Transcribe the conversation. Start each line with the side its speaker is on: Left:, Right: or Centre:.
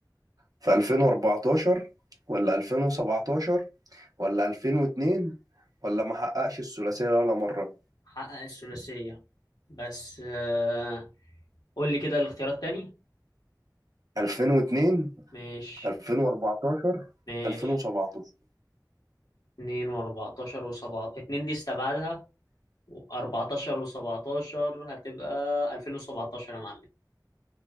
Right: في 2014 ولا 2017 ولا 2002 ولا ما حققش الثلاثية ولا مرة
Left: حقق الثلاثية بس آه، قول لي كده الاختيارات تاني
Right: 2002
Left: ماشي
Right: 2014
Left: ماشي
Right: 2017
Left: 2 و14 و17 2 دي استبعدها و14 و17 هتبقى 2017 يا معلم